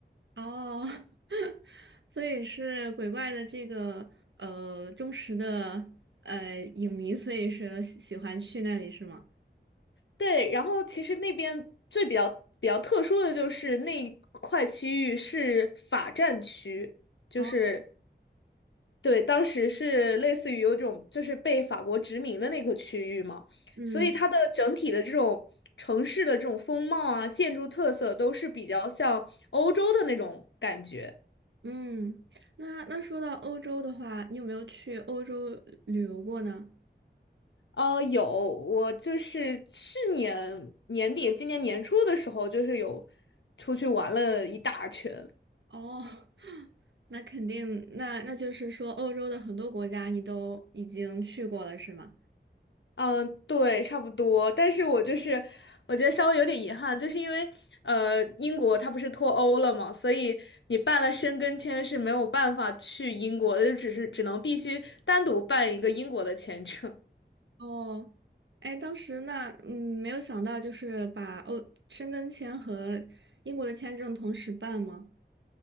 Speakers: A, on the right; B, on the left.
A: 哦，<laughs> 所以是鬼怪的这个呃忠实的呃影迷，所以是喜喜欢去那里是吗？
B: 对，然后其实那边最比较比较特殊的就是那一块区域是法占区，就是
A: 哦，
B: 对，当时是类似于有种就是被法国殖民的那个区域嘛，
A: 嗯
B: 所以它的整体的这种城市的这种风貌啊、建筑特色都是比较像欧洲的那种感觉。
A: 嗯，那那说到欧洲的话，你有没有去欧洲旅游过呢？
B: 呃，有，我就是去年年底、今年年初的时候，就是有出去玩了一大圈。
A: 哦，<laughs> 那肯定，那那就是说，欧洲的很多国家你都已经去过了，是吗？
B: 嗯，对，差不多。但是我就是，我觉得稍微有点遗憾，就是因为呃，英国它不是脱欧了嘛，所以你办了申根签是没有办法去英国的，就只是只能必须单独办一个英国的签证。<laughs>
A: 哦，哎，当时那嗯，没有想到就是把欧申根签和英国的签证同时办吗？